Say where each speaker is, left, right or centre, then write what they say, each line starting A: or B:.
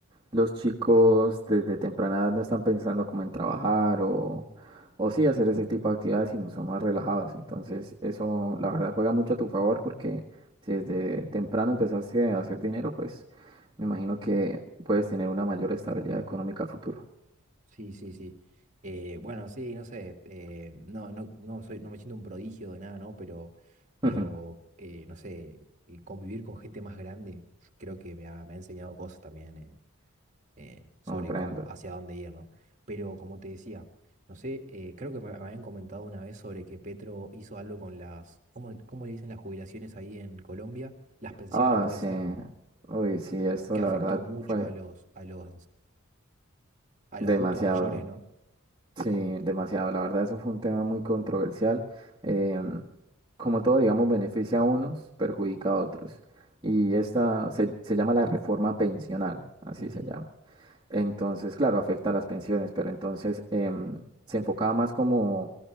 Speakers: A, on the right; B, on the right.
A: los chicos desde temprana edad no están pensando como en trabajar o, o sí hacer ese tipo de actividades, sino son más relajados. Entonces eso la verdad juega mucho a tu favor porque si desde temprano empezaste a hacer dinero, pues me imagino que puedes tener una mayor estabilidad económica a futuro.
B: Sí, sí, sí. Eh, bueno, sí, no sé. eh, no, no, no soy, no me siento un prodigio de nada, ¿no? Pero, pero
A: <laughs>
B: eh, no sé, eh, convivir con gente más grande creo que me ha, me ha enseñado cosas también eh, eh, sobre
A: Comprendo.
B: cómo- hacia dónde ir, ¿no? Pero como te decía, no sé, eh, creo que me, me habían comentado una vez sobre que Petro hizo algo con las, ¿cómo, cómo le dicen las jubilaciones ahí en Colombia? Las pensiones,
A: Ah,
B: puede
A: sí.
B: ser,
A: Uy, sí, esto
B: que
A: la
B: afectó
A: verdad
B: mucho
A: fue
B: a los, a los a
A: demasiado.
B: los adultos mayores, ¿no?
A: Sí, demasiado. La verdad, eso fue un tema muy controversial. Em, como todo, digamos, beneficia a unos, perjudica a otros. Y esta se, se llama la reforma pensional, así
B: Ujú,
A: se llama. Entonces, claro, afecta a las pensiones, pero entonces em, se enfocaba más como